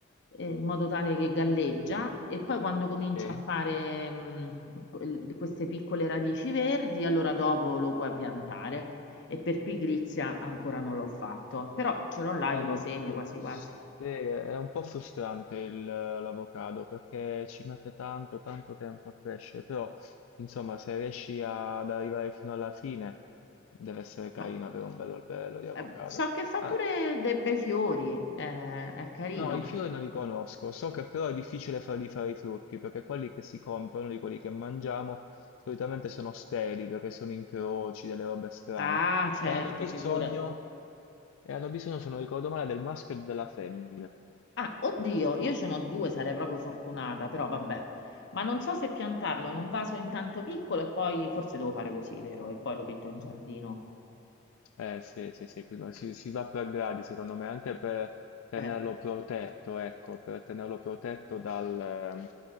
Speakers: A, on the left (about 60°); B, on the left (about 85°).
A: eh, in modo tale che galleggia e poi quando comincia
B: sì. Eh,
A: a fare mh, quel- queste piccole radici verdi, allora dopo lo puoi piantare. E per pigrizia ancora non l'ho fatto, però ce l'ho là
B: ma
A: i due semi
B: pu-
A: quasi
B: sì,
A: quasi.
B: è un po' frustrante il- l'avocado, perché ci mette tanto, tanto tempo a crescere, però, insomma, se riesci ad arrivare fino alla fine, deve essere carino
A: Ma
B: avere un bello alberello di avocado.
A: eh, so che fa
B: Ah,
A: pure dei bei fiori, eh, è carino.
B: No, i fiori non li conosco, so che però è difficile farli fare i frutti, perché quelli che si comprano, di quelli che mangiamo, solitamente sono steli, perché sono incroci, delle robe strane,
A: Ah, certo,
B: e hanno bisogno,
A: figura.
B: e hanno bisogno, se non ricordo male, del maschio e della femmina.
A: Ah, oddio, io ce n'ho due, sarei proprio fortunata, però vabbè. Ma non so se piantarlo in un vaso intanto piccolo e poi forse devo fare così, vero? E poi lo metto in giardino.
B: Eh, sì, sì, sì, prima- si, si va per gradi, secondo me, anche per tenerlo
A: Eh,
B: protetto, ecco, per tenerlo protetto dal- ehm,